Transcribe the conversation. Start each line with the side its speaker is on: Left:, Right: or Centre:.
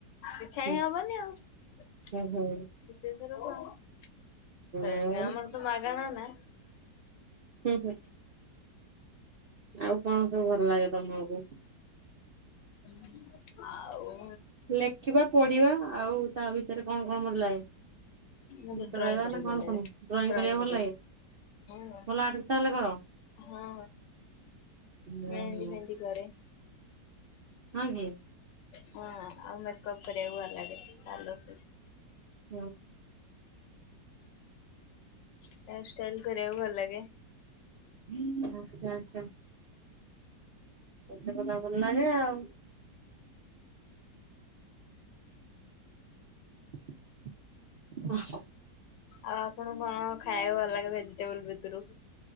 Left: ଇଛା
Right: ହୁଁ
Left: ହିଁ ହବନି ଆଉ ଦୁତିୟ
Right: ହୁଁ
Left: ଥରକ ଆଉ, ସେଥି
Right: ହୁଁ ଆଉ
Left: ପାଇଁ ଆମର ତ ମାଗଣା ନା,
Right: ହୁଁ-ହୁଁ, ଆଉ କଣ ସବୁ ଭଲ ଲାଗେ ତମକୁ?
Left: ହୁଁ ଆଉ
Right: ଲେଖିବା ପଢ଼ିବା ଆଉ ତା ଭିତରେ କଣ-କଣ ଭଲ ଲାଗେ?
Left: ମୁଗେ
Right: ଗୀତ
Left: ଡ୍ରଇଂ
Right: ଗାଇବା
Left: କରିବାକୁ
Right: ନା କଣ
Left: ଭଲ ଲାଗେ
Right: ତମକୁ
Left: ଡ୍ରଇଂ
Right: କରିବା
Left: କରିବାକୁ,
Right: ଭଲ ଲାଗେ
Left: ହୁଁ ନା
Right: ଭଲ ଆର୍ଟ ତାହେଲେ କର?
Left: ହଁ,
Right: ଓହୋ
Left: ମେହେଦି ଫେହେଦି କରେ,
Right: ହଁ କି?
Left: ହଁ ଆଉ ମେକଅପ କରିବାକୁ ଭଲ ଲାଗେ ତାଲୁକୁ
Right: ହୁଁ।
Left: ହେୟାର ଷ୍ଟାଇଲ୍ କରିବାକୁ ଭଲ ଲାଗେ।
Right: ହୁଁ ଆଛା ଆଚ୍ଛା ଏତେ କଥା ଭଲ ଲାଗେ ଆଉ, <unintelligible>
Left: ଆଉ ଆପଣଙ୍କୁ କଣ ଖାଇବାକୁ ଭଲ ଲାଗେ ଭେଜିଟେବଲ ଭିତରୁ?